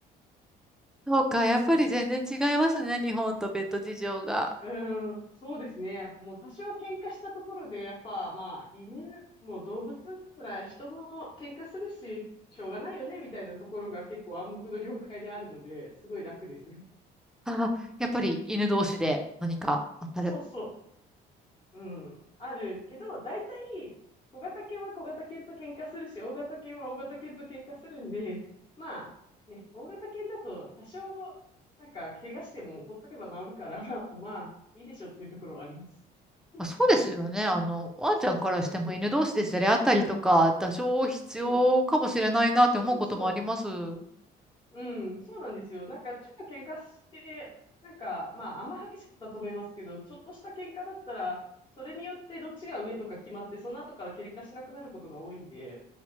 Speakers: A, in the centre; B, on the left.
A: そうか。やっぱり全然違いますね。
B: うん
A: 日本とペット事情が。
B: うーん、そうですね。やっぱもう多少喧嘩したところで、やっぱまあ犬、もう動物なら人も喧嘩するし、しょうがないよね、みたいなところが結構暗黙の了解であるので、すごい楽です。
A: あ、やっぱり犬同士で何か当たる、
B: そうそう。うん。あるけど、大体、小型犬は小型犬と喧嘩するし、大型犬は大型犬と喧嘩するんで、まあ、ね、大型犬だと多少、なんか、怪我してもほっとけば治るから、<laughs> まあ、いいでしょっていうところはあります。<laughs>
A: まあ、そうですよね。あの、ワンちゃんからしても犬同士でじゃれ合ったりとか、
B: そ
A: 多少必要かもしれないなって思うこともあります。
B: う。うん。そうそ
A: <laughs>
B: う。うん、そうなんですよ。なんかちょっと喧嘩して、なんかまああんま激しくたとめますけど、ちょっとした喧嘩だったら、それによってどっちが上とか決まって、その後から喧嘩しなくなることが多いんで、